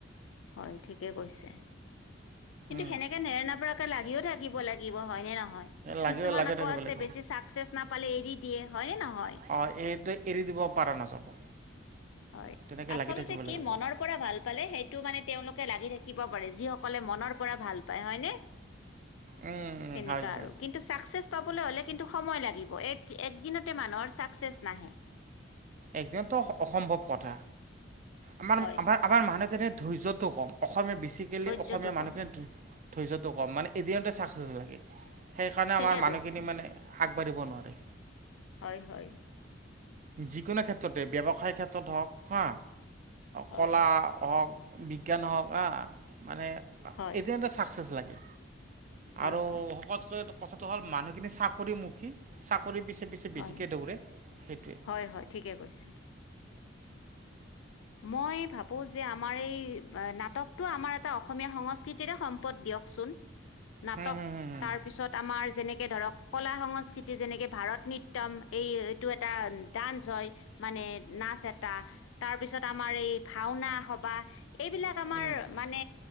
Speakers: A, on the left (about 90°); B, on the right (about 40°).
A: হয় ঠিকে কৈছে কিন্তু
B: উম
A: সেনেকে নেৰানেপেৰা। লাগিও থাকিব লাগিব হয় নে নহয়।
B: লাগে
A: কিছুমান
B: লাগে
A: আকৌ
B: থাকিব
A: আছে
B: লাগিব
A: বেছি চাকচেচ নাপালে এৰি দিয়ে হয়ে নহয়।
B: অ এইটোয়ে। এৰি দিব পৰা নাযাব।
A: হয়
B: তেনেকে
A: আচলতে
B: লাগি থাকিব
A: কি
B: লাগিব
A: মনৰ। পৰা ভাল পালে সেইটো মানে তেওঁলোকে লাগি থাকিব পাৰে যিসকলে মনৰ পৰা ভাল পায় হয় নে।
B: উম উম
A: তেনেকা
B: হয় হয়
A: আৰু কিন্তু চাকচেচ পাবলৈ হলে কিন্তু সময় লাগিব এক একদিনত। টে মানুহৰ ছাকচেচ নাহে।
B: একদিনতো অসম্ভৱ কথা। আমাৰ
A: হয়
B: আমাৰ আমাৰ মানুহখিনিৰ ধৈৰ্য্যটো কম অসমীয়া বেছিকেলি
A: ধৈৰ্য্যটো
B: অসমীয়া মানুহখিনি।
A: কম
B: ধৈৰ্যটো কম মান এদিনতে ছাকচেছ লাগে। সেইকাৰণে
A: ঠিকে
B: আমাৰ মানুহখিনি
A: কৈছে
B: মানে আগবাঢ়িব নোৱাৰে।
A: হয় হয়
B: যিকোনো ক্ষেত্ৰতে ব্যৱসায়ৰ ক্ষেত্ৰত হওঁক হা।
A: হয়
B: কলা হওঁক বিজ্ঞান হওঁক হা মানে।
A: হয়
B: এদিনতে চাকচেছ লাগে
A: হয়
B: আৰু
A: হয়
B: শকতকৈ। কথাটো হ'ল মানুহখিনি চাকৰিমুখী চাকৰি পিছে পিছে বেছিকে
A: হয়
B: দৌৰে সেইটোৱে।
A: হয় হয় ঠিকে কৈছে। মই ভাবোঁ যে আমাৰ এই নাটকটো আমাৰ এটা অসমীয়া সংস্কৃতিৰে সম্পদ দিয়কচোন। নাটক
B: হুম হুম
A: তাৰ পিছত আমাৰ যেনেকে ধৰক কলা সংস্কৃতি যেনেকে ভাৰত নৃত্যৰ। তম এই এইটো এটা ডান্স হয় মানে নাচ এটা তাৰপিছত। আমাৰ এই ভাওনা সবাহ এইবিলাক আমাৰ
B: হুম হুম উম
A: মানে